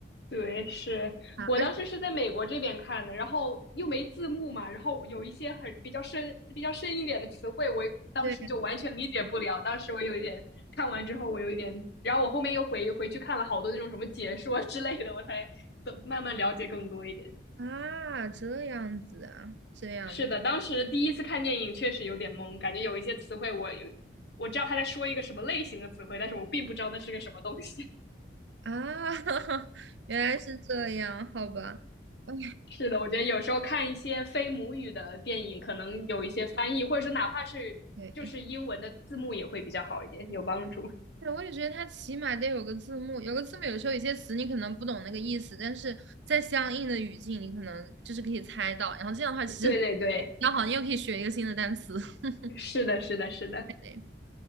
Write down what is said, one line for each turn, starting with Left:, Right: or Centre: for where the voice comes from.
Left: 对，是我当时是在美国这边看的，
Right: 啊，而且
Left: 然后又没字幕嘛，然后有一些很比较深、比较深一点的词汇，我当时就完全理解不了。
Right: 对
Left: 当时我有一点看完之后，我有一点，然后我后面又回回去看了好多那种什么解说之类的，我才懂慢慢了解更多一点。
Right: 啊，这样子啊，这样
Left: 是的，当时第一次看电影确实有点懵，感觉有一些词汇我有我知道他在说一个什么类型的词汇，但是我并不知道那是个什么东西。
Right: 啊，<laughs> 原来是这样，好吧。哎
Left: 是的，我觉得有时候看一些非母语的电影，可能有一些翻译，或者是哪怕是就是英文的字幕也会比较好一点，
Right: 对，
Left: 有帮助。
Right: 对，我也觉得它起码得有个字幕，有个字幕，有时候有些词你可能不懂那个意思，但是在相应的语境，你可能就是可以猜到。然后这样的话，其实比
Left: <laughs> 对对对，
Right: 较好，你又可以学一个新的单词。<laughs>
Left: 是的，是的，是的。
Right: 对，